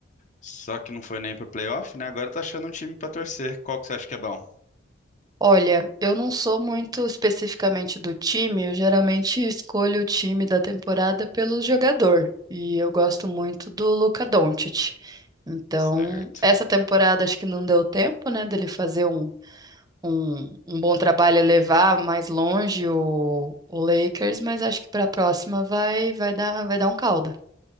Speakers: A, on the left; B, on the right.
A: Só que não foi nem pro playoff, né? Agora tá achando um time pra torcer. Qual que você acha que é bom?
B: Olha, eu não sou muito especificamente do time, eu geralmente escolho o time da temporada pelo jogador, e eu gosto muito do Luka Doncic. Então,
A: Certo.
B: essa temporada acho que não deu tempo, né, dele fazer um, um, um bom trabalho e levar mais longe o, o Lakers, mas acho que para a próxima vai, vai dar, vai dar um caldo.